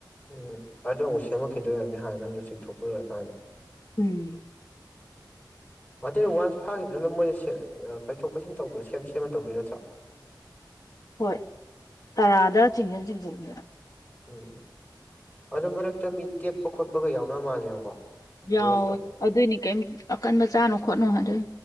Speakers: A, on the left; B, on the left.
A: ꯎꯝ ꯑꯗꯣ ꯑꯃꯨꯛ ꯁꯦꯝꯃꯛꯈꯤꯗꯣꯏꯔꯕꯅꯤ ꯍꯥꯏꯅ ꯅꯪꯗꯣ ꯆꯤꯡꯊꯣꯛꯄ ꯂꯣꯏꯔꯀꯥꯟꯗ
B: ꯎꯝ
A: ꯑꯗꯨꯩꯅ ꯋꯥꯟꯁ ꯐꯥꯈꯤꯕꯗꯨꯅ ꯃꯣꯏꯅ ꯄꯩꯊꯣꯛ ꯄꯩꯁꯤꯟ ꯇꯧꯕꯗ ꯁꯦꯝ ꯁꯦꯝꯃ ꯇꯧꯗꯣꯏ ꯅꯠꯇ꯭ꯔꯣ
B: ꯍꯣꯏ ꯇꯔꯥꯗ ꯆꯤꯡꯖꯟ ꯆꯤꯡꯁꯤꯟꯗꯨꯅ
A: ꯎꯝ ꯎꯝ ꯑꯗꯨꯗꯣ ꯃꯔꯛꯇ ꯃꯤ ꯇꯦꯛꯄ ꯈꯣꯠꯄꯒ ꯌꯥꯎꯅꯕ ꯃꯥꯜꯂꯦꯕꯀꯣ
B: ꯌꯥꯎꯋꯦ
A: ꯕ꯭ꯔꯦꯁꯇꯣ
B: ꯑꯗꯨꯏꯅꯤ ꯀꯩꯝ ꯑꯀꯟꯕ ꯆꯥꯅꯣ ꯈꯣꯠꯅꯣ ꯍꯥꯏꯣꯏ